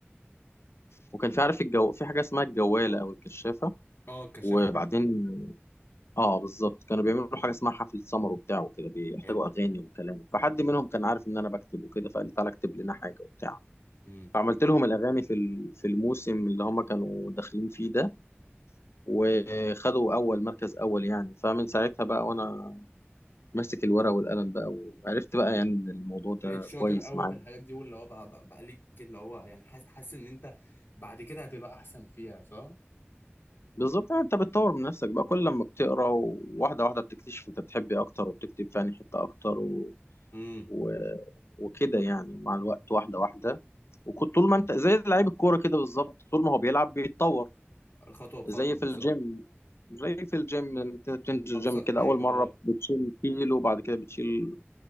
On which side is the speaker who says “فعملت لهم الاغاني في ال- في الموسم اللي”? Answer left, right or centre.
Left